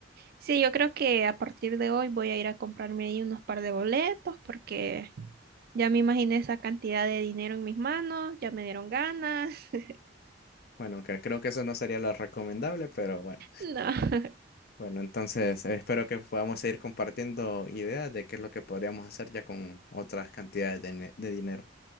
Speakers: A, on the right; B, on the left.
A: Sí, yo creo que a partir de hoy voy a ir a comprarme ahí unos par de boletos porque ya me imaginé esa cantidad de dinero en mis manos, ya me dieron ganas. <laughs>
B: Bueno, aunque creo que eso no sería lo recomendable, pero bueno.
A: No.
B: Bueno, entonces eh, espero que podamos seguir compartiendo ideas de qué es lo que podríamos hacer ya con otras cantidades de, ne- de dinero.